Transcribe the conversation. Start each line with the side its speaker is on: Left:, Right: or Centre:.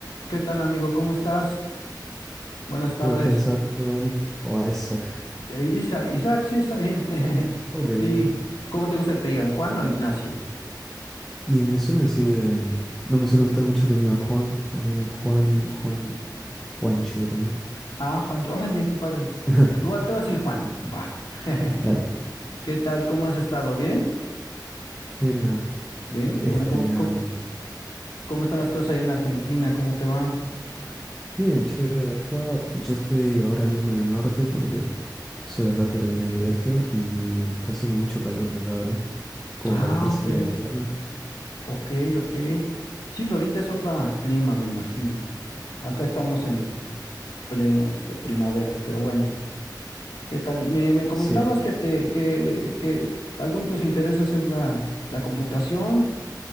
Left: ¿Qué tal, amigo? ¿Cómo estás? Buenas tardes.
Centre: ¿Cómo estás, Isaac? ¿Todo bien? O Isaac.
Left: Eh, Isaac, Isaac, sí, está bien. <laughs>
Centre: Ok, bien.
Left: Sí. ¿Cómo te gusta que te digan, Juan o Ignacio?
Centre: Y me suelen decir, no me suele gustar mucho que me diga Juan, más bien Juani o Juan, Juancho también.
Left: Ah, Juan, órale, qué padre.
Centre: <laughs>
Left: Te voy a, te voy a decir Juan, va. <laughs>
Centre: Dale.
Left: ¿Qué tal? ¿Cómo has estado? ¿Bien?
Centre: Bien, bien.
Left: Bien, qué
Centre: Este,
Left: bueno. ¿Cómo,
Centre: am,
Left: cómo- cómo están las cosas ahí en Argentina? ¿Cómo te va?
Centre: bien, che, está, yo estoy ahora mismo en el norte porque soy acá, pero vine de viaje y está haciendo mucho calor acá ahora, como
Left: Ah,
Centre: para estar
Left: ok,
Centre: cerca de invierno.
Left: ok, ok. Sí, pues ahorita es otro clima, me imagino. Acá estamos en pleno, este, primavera, pero bueno. ¿Qué tal? Me, me comentabas
Centre: Sí,
Left: que, te, que, que alguno de tus intereses es la, la computación,